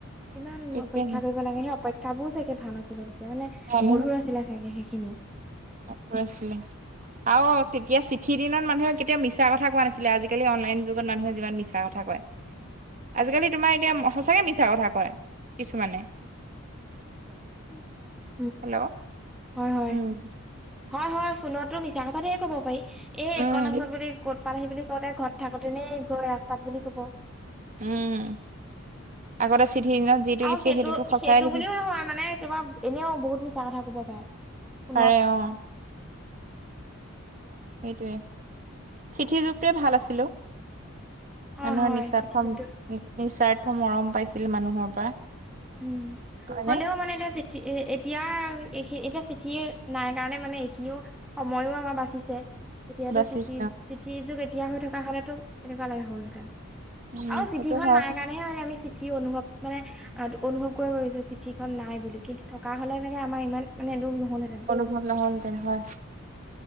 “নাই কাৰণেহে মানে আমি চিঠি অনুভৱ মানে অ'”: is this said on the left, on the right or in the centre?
Centre